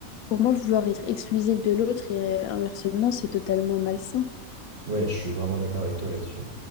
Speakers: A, on the left; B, on the right.
A: Pour moi, vouloir être exclusif de l'autre et euh, inversement, c'est totalement malsain.
B: Ouais, je suis vraiment d'accord avec toi là-dessus.